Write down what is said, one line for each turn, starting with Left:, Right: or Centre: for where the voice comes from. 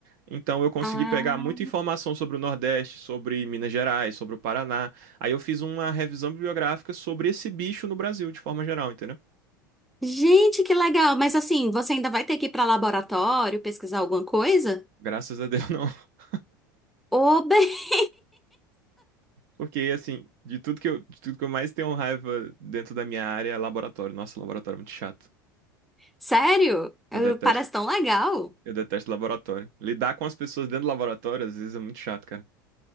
Right: Então eu consegui
Centre: Ah,
Right: pegar muita informação sobre o Nordeste, sobre Minas Gerais, sobre o Paraná. Aí eu fiz uma revisão bibliográfica sobre esse bicho no Brasil, de forma geral, entendeu?
Centre: gente, que legal. Mas assim, você ainda vai ter que ir para laboratório pesquisar alguma coisa?
Right: Graças a Deus não. <laughs>
Centre: Ô, <laughs> bem.
Right: Porque, assim, de tudo que eu, de tudo que eu mais tenho raiva dentro da minha área é laboratório. Nossa, laboratório é muito chato.
Centre: Sério? Eu-
Right: Eu detesto.
Centre: Parece tão legal.
Right: Eu detesto laboratório. Lidar com as pessoas dentro do laboratório, às vezes, é muito chato, cara.